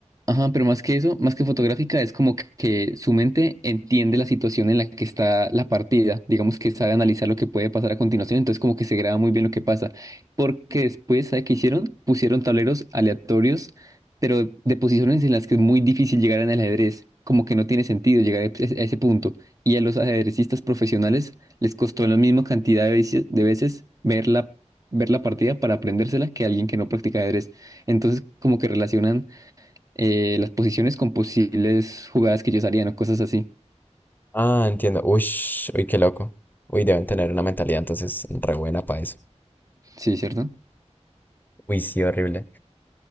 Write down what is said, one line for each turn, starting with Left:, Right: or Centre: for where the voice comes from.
Right: Ajá, pero más que eso, más que fotográfica, es como que que su mente entiende la situación en la que está la partida, digamos que sabe analizar lo que puede pasar a continuación, entonces como que se graba muy bien lo que pasa, porque después, ¿sabe qué hicieron? Pusieron tableros aleatorios, pero de posiciones en las que es muy difícil llegar en el ajedrez, como que no tiene sentido llegar a ese a ese punto, y a los ajedrecistas profesionales les costó la misma cantidad de veces, de veces ver la, ver la partida para aprendérsela que a alguien que no practica ajedrez, entonces como que relacionan eh, las posiciones con posibles jugadas que ellos harían o cosas así.
Left: Ah, entiendo. Uy, uy, qué loco. Uy, deben tener una mentalidad entonces re buena para eso.
Right: Sí, ¿cierto?
Left: Uy, sí, horrible.